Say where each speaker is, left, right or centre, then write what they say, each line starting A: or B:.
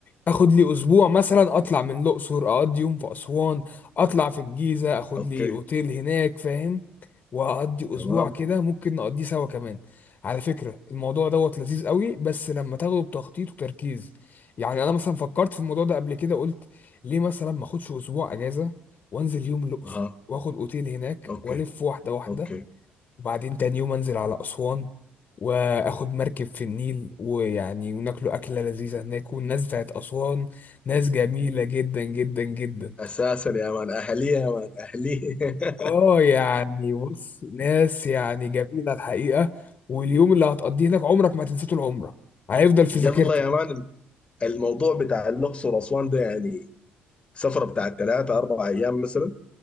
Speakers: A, on the left; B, on the left.
A: اخد لي اسبوع مثلا اطلع من الاقصر اقضي يوم في اسوان اطلع في الجيزه اخد
B: اوكي
A: لي اوتيل هناك فاهم واقضي
B: تمام
A: اسبوع كده ممكن نقضيه سوا كمان على فكره الموضوع دوت لذيذ قوي بس لما تاخده بتخطيط وتركيز يعني انا مثلا فكرت في الموضوع ده قبل كده قلت ليه مثلا ما اخدش اسبوع اجازه وانزل يوم الاقصر
B: اها
A: واخد اوتيل هناك
B: اوكي
A: والف واحده واحده
B: اوكي
A: وبعدين تاني يوم انزل على اسوان واخد مركب في النيل ويعني وناكلوا اكله لذيذه هناك والناس بتاعت اسوان ناس جميله جدا جدا جدا
B: اساسا يا مان اهلية يا مان اهلية <laughs>
A: اه يعني بص ناس يعني جميله الحقيقه واليوم اللي هتقضيه هناك عمرك ما هتنساه طول عمرك هيفضل في
B: يلا
A: ذاكرتك
B: يا مان الموضوع بتاع الاقصر واسوان ده يعني سفرة بتاع ثلاثة أربع أيام مثلا